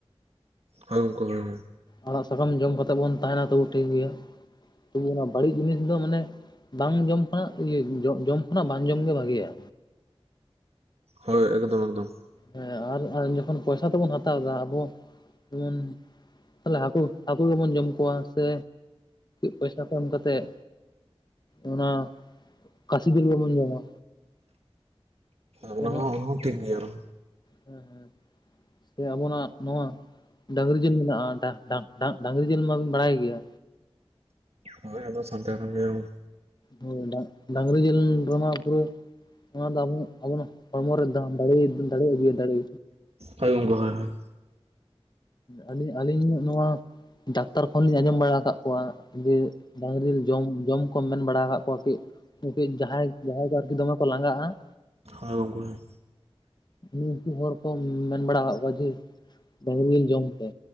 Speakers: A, on the right; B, on the left.
A: ᱦᱚᱭ ᱜᱚᱢᱠᱮ ᱦᱳᱭ ᱦᱳᱭ
B: ᱟᱲᱟᱜ ᱥᱟᱠᱟᱢ ᱡᱚᱢ ᱠᱟᱛᱮᱫ ᱵᱚᱱ ᱛᱟᱦᱮᱱᱟ ᱛᱚᱵᱩ ᱴᱷᱤᱠ ᱜᱮᱭᱟ ᱛᱚᱵᱩ ᱚᱱᱟ ᱵᱟᱹᱲᱤᱡ ᱡᱤᱱᱤᱥ ᱫᱚ ᱢᱟᱱᱮ ᱵᱟᱝ ᱡᱚᱢ ᱠᱷᱚᱱᱟᱜ ᱡᱚᱢ ᱠᱷᱚᱱᱟᱜ ᱵᱟᱝ ᱡᱚᱢᱜᱮ ᱵᱷᱟᱜᱮᱭᱟ᱾
A: ᱦᱳᱭ ᱮᱠᱫᱚᱢ ᱮᱠᱫᱚᱢ
B: ᱦᱮᱸ ᱟᱨ ᱟᱨ ᱡᱚᱠᱷᱚᱱ ᱯᱚᱭᱥᱟ ᱛᱮᱵᱚᱱ ᱦᱟᱛᱟᱣᱫᱟ ᱟᱵᱚ ᱩᱱ ᱛᱟᱦᱞᱮ ᱦᱟᱹᱠᱩ ᱦᱟᱹᱠᱩ ᱜᱮᱵᱚᱱ ᱡᱚᱢ ᱠᱚᱣᱟ ᱥᱮ ᱯᱚᱭᱥᱟ ᱠᱚ ᱮᱢ ᱠᱟᱛᱮᱫ ᱚᱱᱟ ᱠᱟᱥᱤ ᱡᱤᱞ ᱜᱮᱵᱚᱱ ᱡᱚᱢᱟ
A: ᱚᱱᱟ
B: ᱛᱤᱱᱟᱹᱜ
A: ᱦᱚᱸ ᱚᱱᱟ ᱦᱚᱸ ᱴᱷᱤᱠ ᱜᱮᱭᱟ ᱚᱱᱟᱦᱚᱸ
B: ᱦᱮᱸ ᱦᱮᱸ ᱥᱮ ᱟᱵᱚᱱᱟᱜ ᱱᱚᱣᱟ ᱰᱟᱝᱨᱤ ᱡᱤᱞ ᱢᱮᱱᱟᱜᱼᱟ ᱰᱟ ᱰᱟ ᱰᱟ ᱰᱟᱝᱨᱤ ᱡᱤᱞ ᱢᱟᱵᱤᱱ ᱵᱟᱲᱟᱭ ᱜᱮᱭᱟ
A: ᱦᱳᱭ ᱟᱫᱚ ᱥᱟᱱᱛᱟᱲ ᱠᱟᱱ ᱜᱮᱭᱟᱵᱚᱱ
B: ᱦᱳᱭ ᱵᱟ ᱰᱟᱝᱨᱤ ᱡᱮᱹᱞ ᱨᱮᱢᱟ ᱯᱩᱨᱟᱹ ᱚᱱᱟ ᱫᱚ ᱟᱵᱚᱱᱟᱜ ᱟᱵᱚᱱᱟᱜ ᱦᱚᱲᱢᱚ ᱨᱮ ᱫᱮ ᱫᱟᱲᱮᱹ ᱫᱟᱲᱮᱹ ᱟᱹᱜᱩᱭᱟᱭ ᱫᱟᱲᱮᱹ
A: ᱦᱳᱭ ᱜᱚᱢᱠᱮ ᱦᱳᱭ ᱦᱳᱭ
B: ᱟᱹᱞᱤᱧ ᱟᱹᱞᱤᱧ ᱱᱚᱣᱟ ᱰᱟᱠᱛᱟᱨ ᱠᱷᱚᱱᱞᱤᱧ ᱟᱸᱡᱚᱢ ᱵᱟᱲᱟ ᱟᱠᱟᱫ ᱠᱚᱣᱟ ᱡᱮ ᱰᱟᱹᱝᱨᱤ ᱡᱤᱞ ᱡᱚᱢ ᱠᱚ ᱢᱮᱱ ᱵᱟᱲᱟ ᱟᱠᱟᱫ ᱠᱚᱣᱟ ᱠᱟᱹᱡ ᱠᱟᱹᱡ ᱡᱟᱦᱟᱸᱭ ᱡᱟᱦᱟᱸᱭ ᱠᱚ ᱟᱨᱠᱤ ᱫᱚᱢᱮ ᱠᱚ ᱞᱟᱸᱜᱟᱜᱼᱟ
A: ᱦᱳᱭ ᱜᱚᱢᱠᱮ ᱦᱳᱭ
B: ᱩᱱᱠᱩ ᱦᱚᱲ ᱠᱚ ᱢᱮᱱ ᱵᱟᱲᱟ ᱟᱠᱟᱫ ᱠᱚᱣᱟ ᱡᱮ ᱰᱟᱹᱦᱨᱤ ᱡᱮᱞ ᱡᱚᱢ ᱯᱮ